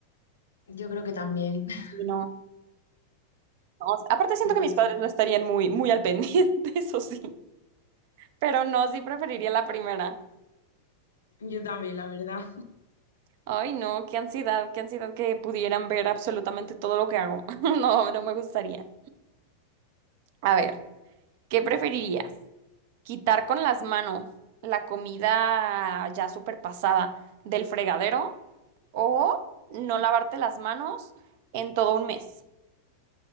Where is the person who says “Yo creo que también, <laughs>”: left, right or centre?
Left